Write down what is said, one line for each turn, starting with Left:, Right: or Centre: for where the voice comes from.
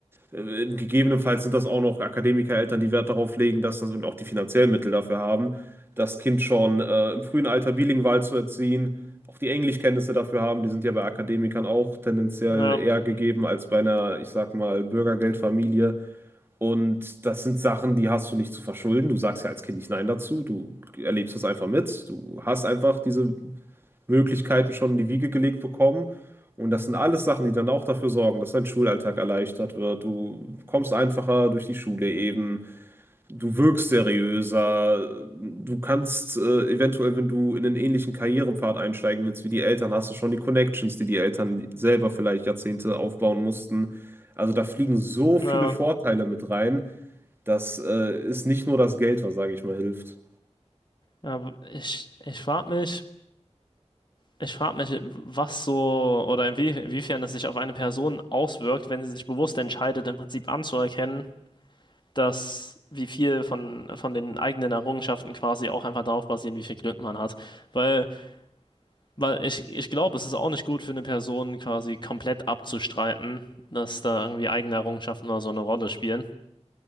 Right: Äh, Gegebenenfalls sind das auch noch Akademikereltern, die Wert darauf legen, dass das und auch die finanziellen Mittel dafür haben, das Kind schon äh, im frühen Alter bilingual zu erziehen, auch die Englischkenntnisse dafür haben. Die sind ja bei Akademikern auch tendenziell
Left: ja,
Right: eher gegeben als bei einer, ich sag mal, Bürgergeldfamilie. Und das sind Sachen, die hast du nicht zu verschulden. Du sagst ja als Kind nicht Nein dazu. Du erlebst das einfach mit. Du hast einfach diese Möglichkeiten schon in die Wiege gelegt bekommen. Und das sind alles Sachen, die dann auch dafür sorgen, dass dein Schulalltag erleichtert wird. Du kommst einfacher durch die Schule eben. Du wirkst seriöser. Du kannst äh, eventuell, wenn du in einen ähnlichen Karrierepfad einsteigen willst wie die Eltern, hast du schon die Connections, die die Eltern selber vielleicht Jahrzehnte aufbauen mussten. Also da fliegen so
Left: ja,
Right: viele Vorteile mit rein. Das äh, ist nicht nur das Geld, was, sage ich mal, hilft.
Left: ja, ich, ich frage mich, ich frag mich, was so oder inwie, inwiefern es sich auf eine Person auswirkt, wenn sie sich bewusst entscheidet, im Prinzip anzuerkennen, dass wie viel von, von den eigenen Errungenschaften quasi auch einfach darauf basieren, wie viel Glück man hat. Weil, weil ich, ich glaube, es ist auch nicht gut für eine Person quasi komplett abzustreiten, dass da irgendwie eigene Errungenschaften oder so eine Rolle spielen.